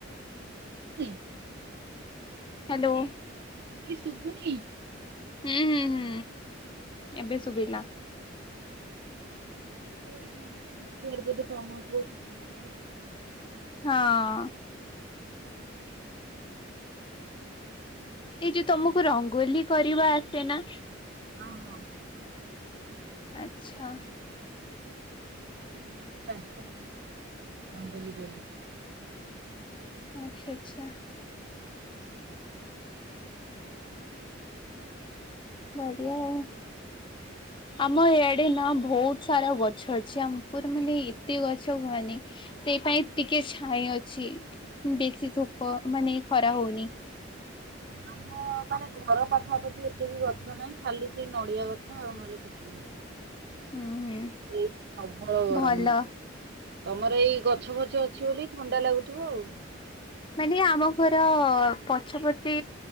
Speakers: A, on the right; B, on the left.
A: ଶୁବୁନି?
B: ହାଲୋ।
A: ମୁଁ କଇଲି ଶୁବୁନି?
B: ହୁଁ ହୁଁ ହୁଁ ଏବେ ଶୁବିଲା।
A: କେତବେଳେ କେମିତି ନେଟୱର୍କ ବୋଧେ ପାଉନଥିବ କି ହଉନଥୁବ।
B: ହଁ। ଏଇ ଯୋଉ ତମୁକୁ ରଙ୍ଗୋଲି କରିବା ଆସେ ନା?
A: ହଁ ହଁ।
B: ଆଚ୍ଛା।
A: ହଁ ମତେ ଆସେ ରଙ୍ଗୋଲି କରି।
B: ଆଚ୍ଛା ଆଚ୍ଛା ‌। ବଢିଆ ଆଉ। ଆମ ଇଆଡେ ନା ବହୁତ ସାରା ଗଛ ଅଛି ଆମ ପୁର ମାନେ ଏତେ ଗଛ କୁହନି। ସେଇ ପାଇଁ ଟିକେ ଛାଇ ଅଛି। ବେଶୀ ଧୂପ ମାନେ ଖରା ହଉନି।
A: ଆମ ମାନେ ଘର ପାଖାପାଖି ଏତେ ବି ଗଛ ନାହିଁ। ଖାଲି ସେଇ ନଡିଆ ଗଛ ଆଉ ନହେଲେ କିଛି ନାହି।
B: ହୁଁ ହୁଁ
A: ଏଇଠି ପ୍ରବଳ
B: ଭଲ
A: ଗରମ ହଉଛି। ତମର ଏଇ ଗଛ ଫଛ ଅଛି ବୋଲି ଥଣ୍ଡା ଲାଗୁଥୁବ ଆଉ।
B: ମାନେ ଆମ ଘର ପଛପଟେ